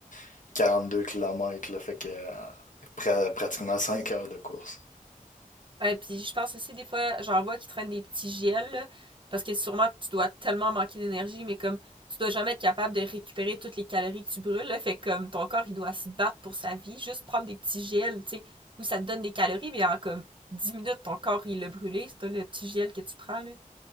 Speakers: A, on the left; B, on the right.
A: euh, deux kilomètres Là, fait que euh, pra- pratiquement 5 heures de course.
B: Ouais, puis je pense aussi des fois, j'en vois qui traînent des petits gels, là, parce que sûrement tu dois tellement manquer d'énergie, mais comme tu dois jamais être capable de récupérer toutes les calories que tu brûles, là, fait que comme ton corps il doit se battre pour sa vie, juste prendre des petits gels, tu sais, où ça te donne des calories, mais en comme 10 minutes ton corps il l'a brûlé, c'est le petit gel que tu prends là.